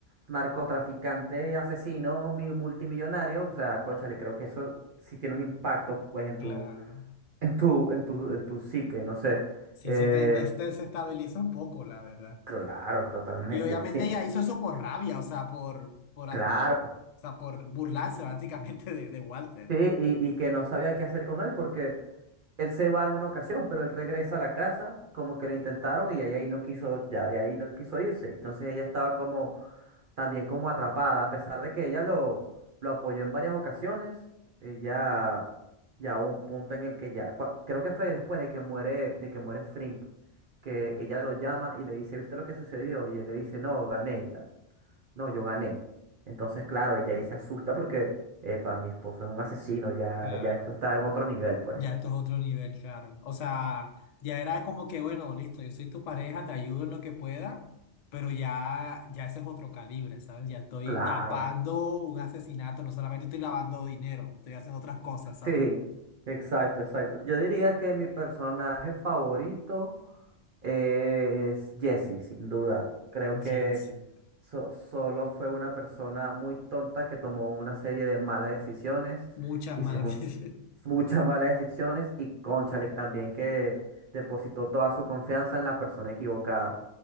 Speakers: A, on the right; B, on the left.
A: narcotraficante asesino mi- multimillonario, o sea, cónchale, creo que eso sí tiene un impacto pues en
B: Claro.
A: tu en tu, en tu, en tu psique, no sé.
B: Sí,
A: Eh,
B: sí, te des- te desestabiliza un poco, la verdad.
A: claro, totalmente.
B: Y obviamente
A: Sí,
B: ella hizo eso por rabia, o sea, por, por,
A: claro.
B: a- o sea, por burlarse básicamente de de Walter.
A: Sí, y, y que no sabía qué hacer con él porque Él se va en una ocasión, pero él regresa a la casa, como que lo intentaron y ya de ahí no quiso, ya de ahí no quiso irse. Entonces ella estaba como también como atrapada, a pesar de que ella lo, lo apoyó en varias ocasiones, ella ya hubo un punto en el que ya, cua- creo que fue después de que muere, de que muere Frink, que ella lo llama y le dice, ¿viste lo que sucedió? Y él le dice, no, gané y tal. No, yo gané. Entonces, claro, ella ahí se asusta porque, epa, mi esposo es un asesino, ya,
B: Claro,
A: ya esto está en otro nivel, pues.
B: ya esto es otro nivel, claro. O sea, ya era como que, bueno, listo, yo soy tu pareja, te ayudo en lo que pueda, pero ya, ya ese es otro calibre, ¿sabes? Ya estoy
A: Claro.
B: tapando un asesinato, no solamente estoy lavando dinero, estoy haciendo otras cosas, ¿sabes?
A: Sí, exacto, exacto. Yo diría que mi personaje favorito es Jesse, sin duda. Creo
B: Jesse,
A: que so- solo fue una persona muy tonta que tomó una serie de malas decisiones
B: muchas
A: y
B: malas
A: se juntó
B: <laughs> decisiones.
A: <laughs> muchas malas decisiones y cónchale también que depositó toda su confianza en la persona equivocada.